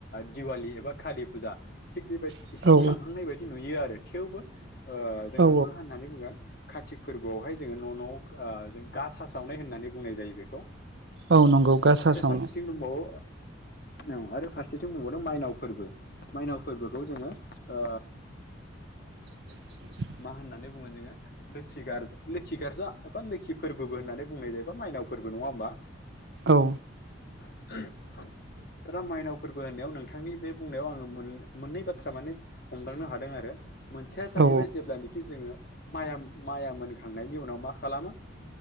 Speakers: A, on the left; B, on the right.
A: दिवालि एबा कालि फुजा थिग बेबायदि
B: औ
A: एसे
B: औ
A: थांहांनाय बायदि नुयो आरो थेवबो ओ जोङो
B: औ
A: मा होननानै बुगोन कातिक फोरबोआवहाय जोङो न' न' ओ जों गासा सावनाय होननानै बुंनाय जायो बेखौ।
B: औ नंगौ गासा
A: आरो
B: सावनाय
A: फारसेथिं दंबावो औ आरो फारसेथिं बुंबावदों माइनाव फोरबो माइनाव फोरबोखौ जोङो ओ
B: <inaudible>
A: मा होननानै बुङो जोङो लोखि गार्जा लोखि गार्जा एबा लोखि फोरबो होननानै बुंनाय जायोबा माइनाव फोरबो नङा ओमबा
B: औ
A: <unintelligible> दाना मायनाव फोरबो होननायाव नोंथांनि बे बुंनायाव आङो मोननै बाथ्रा माने हमदांनो हादों आरो मोनसेया जाहैबाय
B: औ
A: जेब्लानोखि जोङो माइ माइया मोनखांनायनि उनाव मा खालामो?